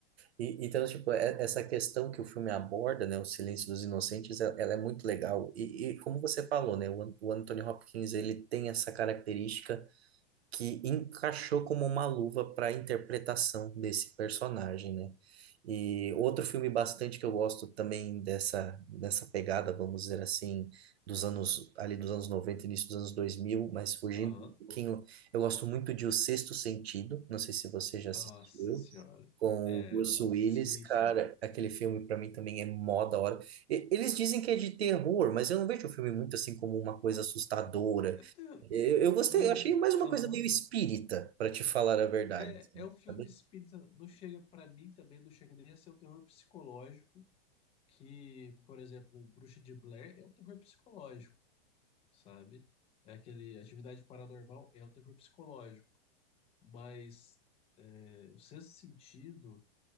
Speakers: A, on the right (about 80°); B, on the left (about 20°).
A: E, então, tipo, é- essa questão que o filme aborda, né, o Silêncio dos Inocentes, ela, ela é muito legal. E, e como você falou, né, o, An- o Anthony Hopkins, ele tem essa característica que encaixou como uma luva para a interpretação desse personagem, né? E outro filme bastante que eu gosto também dessa, dessa pegada, vamos dizer assim, dos anos, ali dos anos noventa início dos anos 2000, mas fugindo
B: Aham.
A: um pouquinho, eu gosto muito de O Sexto Sentido, não sei se você já assistiu,
B: Nossa senhora.
A: com
B: É,
A: o Bruce
B: ah,
A: Willis,
B: sim,
A: cara,
B: sim.
A: aquele filme para mim também é mó da hora. E- Eles dizem que é de terror, mas eu não vejo o filme muito assim como uma coisa assustadora,
B: Eu tenho.
A: eu, eu gostei,
B: Não-
A: eu achei mais uma
B: aham.
A: coisa meio espírita, para te falar a verdade,
B: É,
A: assim,
B: é um filme
A: sabe?
B: espírita, não chega para mim também, não chega nem a ser um terror psicológico, que, por exemplo, um Bruxa de Blair é um terror psicológico, sabe? É aquele Atividade Paranormal é um terror psicológico, mas é, o Sexto Sentido